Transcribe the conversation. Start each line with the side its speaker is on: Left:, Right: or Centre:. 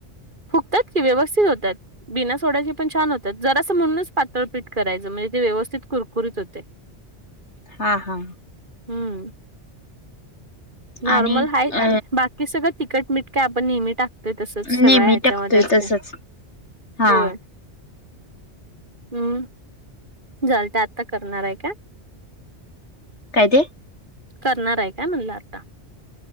Right: फुगत्यात की व्यवस्थित होत्यात. बिना सोड्याचे पण छान होतात, जरासं म्हणूनच पातळ पीठ करायचं, म्हणजे ते व्यवस्थित कुरकुरीत होते.
Left: हा, हा.
Right: हम्म, नॉर्मल
Left: आणि
Right: हाय
Left: अ
Right: आणि बाक की सगळं तिखट, मिठ काय आपण नेहमी टाकतोय तसंच.
Left: नेहमी
Right: सगळ्या ह्याच्यामध्ये
Left: टाकतोय
Right: असते,
Left: तसच हा
Right: होय. हम्म. झालत आता करणार आहे का?
Left: काय ते?
Right: करणार आहे काय म्हणला आता?